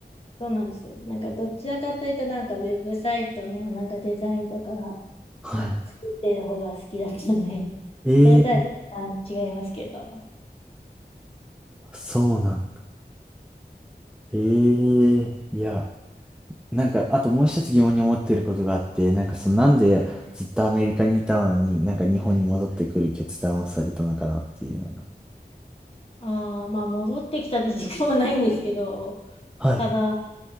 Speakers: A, on the left; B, in the centre.
A: そうなんですよ。なんかどちらかというとなんかウェブサイトのなんかデザインとか
B: は
A: 作ってる方が好きだったんで、<laughs>
B: い。ええ、
A: それとは若干違いますけど。
B: そうなんだ。ええ、いや、なんか、あともう一つ疑問に思ってることがあって、なんかその、なんでずっとアメリカにいたのに、なんか日本に戻ってくる決断をされたのかなっていうのが。
A: ああ、まあ戻ってきたって時間はないんですけど、
B: はい。
A: ただ、